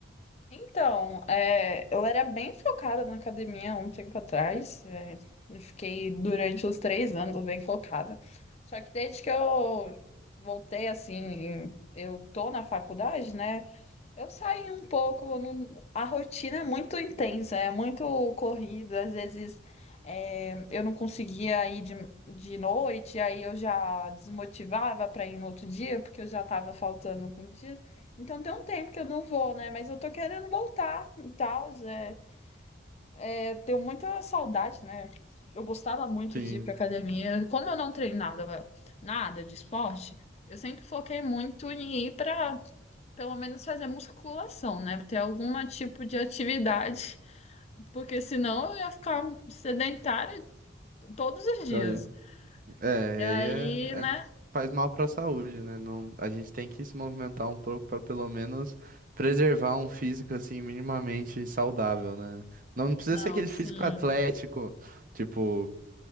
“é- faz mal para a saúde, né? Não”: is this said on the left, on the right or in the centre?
Right